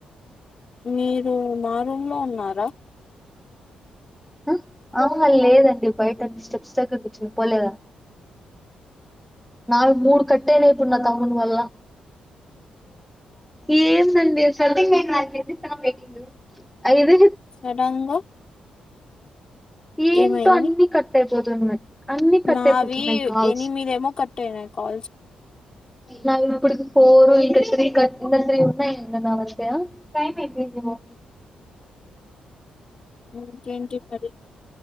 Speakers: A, on the left; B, in the centre.
A: మీరు మా రూమ్ లో ఉన్నారా
B: ఆ అవునా లేదండి బయట స్టెప్స్ దగ్గర కూర్చొని పోలేదా నాలుగు మూడు కట్టైనాయిప్పుడు నాకు అమౌంట్ పల్లా ఏందండి అస స మే చెతనంంది ఎది
A: సడన్ గా
B: ఏంటో
A: ఏమైంది
B: అన్నీ కట్టై పోతున్నాయ్ అన్నీ కట్
A: నావి
B: అయిపోతున్నాయ్ కాల్సు
A: ఎనిమిదేమో కట్ అయినాయి కాల్స్
B: నా <unintelligible> ఫోరు ఇంకా స్త్రీ క ఇ స్త్రీ ఉన్నాయి ఇంగా నావంతే ఏందిమో
A: ఇంకేంటి మరి